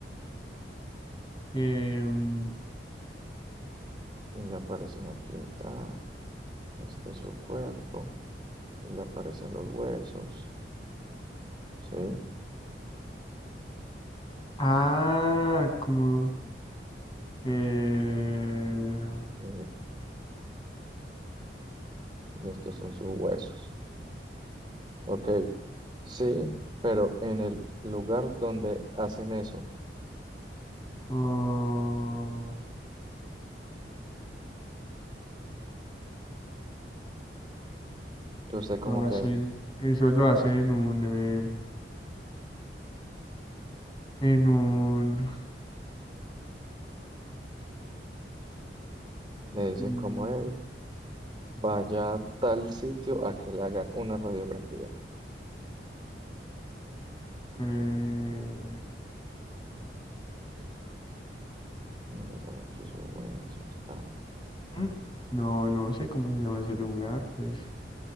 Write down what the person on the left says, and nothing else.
em,
ah, como... em,
Ah,
lo hacen,
eso lo hacen en un, eh, en un,
mm,
eh,
mm, no, no sé cómo se llama ese lugar, pues